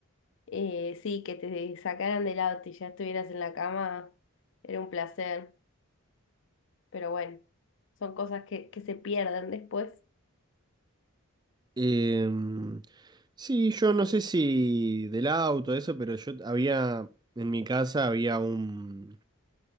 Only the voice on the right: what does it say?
Em, sí, yo no sé si del auto, eso, pero yo había, en mi casa había un,